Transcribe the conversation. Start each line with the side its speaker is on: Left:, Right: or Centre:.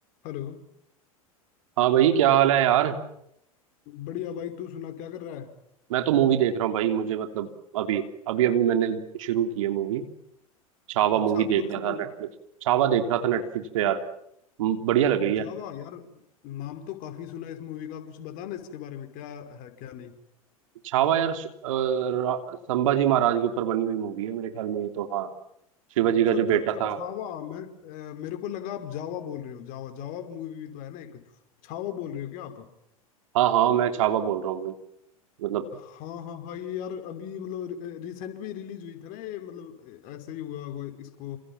Left: हेलो
Right: हाँ भाई क्या हाल है यार
Left: बढ़िया भाई तू सुना क्या कर रहा है
Right: मैं तो मूवी देख रहा हूँ भाई मुझे मतलब अभी अभी अभी मैंने शुरू की है मूवी छावा
Left: अच्छा
Right: मूवी देख
Left: कौन
Right: रहा
Left: सी
Right: था
Left: मूवी
Right: नेटफ्लिक्स छावा देख रहा था नेटफ्लिक्स पे यार म- बढ़िया लग रही है
Left: जावा यार नाम तो काफी सुना है इस मूवी का कुछ बता ना इसके बारे में क्या है क्या नहीं
Right: छावा यार श- अ, रा- संभाजी महाराज के ऊपर बनी हुई मूवी है मेरे ख्याल में ये तो हाँ शिवाजी
Left: अच्छा
Right: का
Left: अच्छा
Right: जो बेटा
Left: अच्छा
Right: था
Left: छावा मैं अ, मेरे को लगा आप जावा बोल रहे हो जावा जावा मूवी भी तो है ना एक छावा बोल रहे हो क्या आप
Right: हाँ हाँ मैं छावा बोल रहा हूँ भाई मतलब
Left: हाँ हाँ हाँ ये यार अभी मतलब रिसेंट में रिलीज हुई था ना ये मतलब अ, ऐसे ही हुआ हुआ इसको